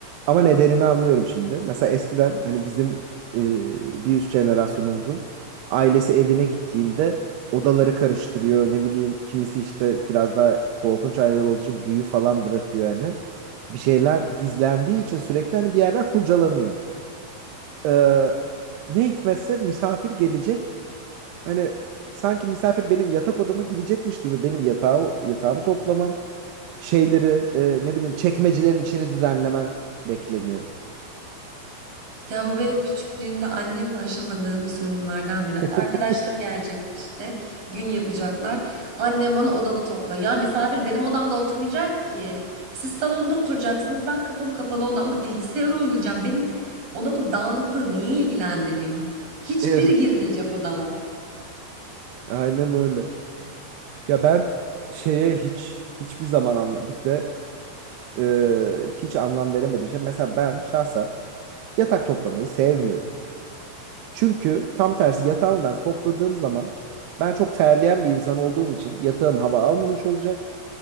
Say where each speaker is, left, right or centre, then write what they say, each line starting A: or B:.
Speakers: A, on the right; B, on the right.
A: Ama nedenini anlıyorum şimdi. Mesela eskiden hani bizim e, bir üst jenerasyonumuzun ailesi evine gittiğinde odaları karıştırıyor. Ne bileyim kimisi işte biraz daha korkunç aileler olduğu için büyü falan bırakıyor hani. Bir şeyler gizlendiği için sürekli hani bir yerler kurcalanıyor. Ee, ne hikmetse misafir gelecek Hani sanki misafir benim yatak odama girecekmiş gibi benim yatağı yatağımı toplamam, şeyleri e, ne bileyim çekmecelerin içini düzenlemen bekleniyor.
B: Ya bu benim küçüklüğümde annemle aşamadığım sorunlardan biri.
A: <laughs>
B: Arkadaşları gelecek işte gün yapacaklar. Annem bana odanı topla. Ya misafir benim odamda oturmayacak ki. Siz salonda oturacaksınız. Ben kapım kapalı odamda bilgisayar oynayacağım. Benim odamın dağınıklığı niye ilgilendiriyor? Hiçbiri
A: Evet,
B: girmeyecek odama.
A: aynen öyle. Ya ben şeye hiç hiçbir zaman anlam bir de e, hiç anlam veremedim. şey mesela ben şahsen yatak toplamayı sevmiyorum. Çünkü tam tersi yatağımı ben topladığım zaman ben çok terleyen bir insan olduğum için yatağım hava almamış olacak.